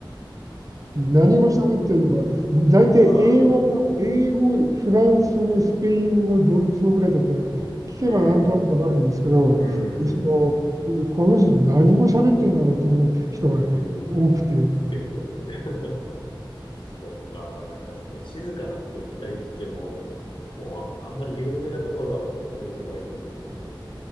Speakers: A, on the left; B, on the right.
A: ええ、
B: で何語喋ってるのか。大体英語が、
A: まあ
B: 英語、フランス語、スペイン語、ドイツ語ぐらいだったら、聞けばなんとなくわかるんですけど、
A: うん。うん。
B: その、この人何語喋ってんだろうと思う人が多くて、
A: うーん。結構いるって。<laughs> そっか。だからやっぱりね、静かなとこ行きたいって言っても、もうあ、あんまり有名なところはどこ行っても外国人いるんで、